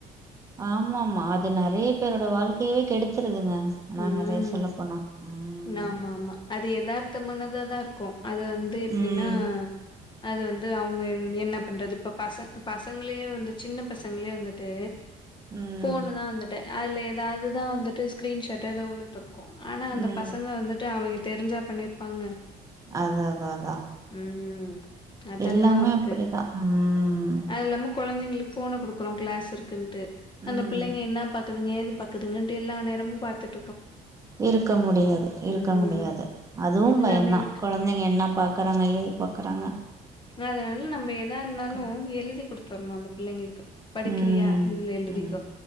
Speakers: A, on the right; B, on the left.
A: ஆமா ஆமா அது நெறைய பேரோட வாழ்க்கையவே கெடுத்துருதுங்க ஆனா
B: ம்
A: நெறய சொல்ல போனா ம்
B: ஆமா ஆமா அது எதார்த்தமானதாதா இருக்கு அது வந்து எப்டீனா
A: ம்
B: அது வந்து அவுங்க எ என்ன பண்றது இப்ப பச பசங்களயே வந்து சின்ன பசங்களே வந்துட்டு
A: ம்
B: ஃபோனு தா வந்துட்டு அதுல எதாவ்துதா வந்துட்டு ஸ்க்ரீன்ஷாட் டு எதா உள்ள இந்திருக்கு ஆனா
A: ம்
B: அந்த பசங்க வந்துட்டு அவங்க தெரிஞ்சா பண்ணிர்ப்பாங்க
A: அதா அதா அதா
B: ம் அதெல்லாவு
A: எல்லாமே
B: இருக்கு
A: அப்டிதா ம்
B: அதில்லாம கொழந்தைங்களுக்கு ஃபோன குடுக்குறோ க்ளாஸ் இருக்கின்ட்டு அந்த
A: ம்
B: பிள்ளைங்க என்ன பாக்குதுங்க ஏது பாக்குதுங்கண்டு எல்லா நேரமு பாத்துட்
A: இருக்க முடியாது இருக்க
B: ம்
A: முடியாது அதுவு
B: எல்லாமே
A: பயந்தா
B: இருக்கு
A: கொழந்தைங்க என்ன பாக் கறாங்க ஏது பாக்கறாங்க
B: அதனால நம்ம எதா இருந்தாலு
A: முடியு
B: எழுதி குடுத்துர்ணு அந்த பிள்ளைங்களுக்கு படிக்கிறியா
A: ம்
B: இதுல்ல எழு
A: ம்
B: திக்கோ